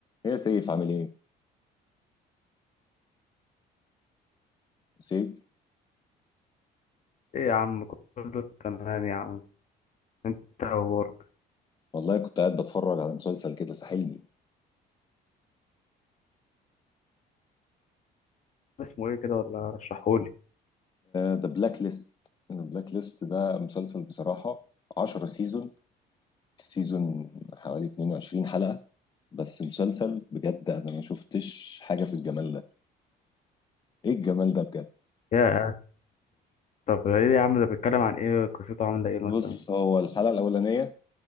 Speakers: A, on the left; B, on the left.
A: ايه يا سيف عامل ايه؟ سيف
B: ايه يا عم كله تمام يا عم انت إيه اخبارك
A: والله كنت قاعد بتفرج على مسلسل كده ساحلني
B: اسمه ايه كده ولا رشحهولي
A: ذا بلاك ليست ذا بلاك ليست ده مسلسل بصراحة 10 سيزون السيزون حوالي 22 حلقة بس مسلسل بجد انا ما شفتش حاجة في الجمال ده ايه الجمال ده بجد
B: يا طب ايه يا عم ده بيتكلم عن ايه قصته عامله ايه مثلا
A: بص هو الحلقة الأولانية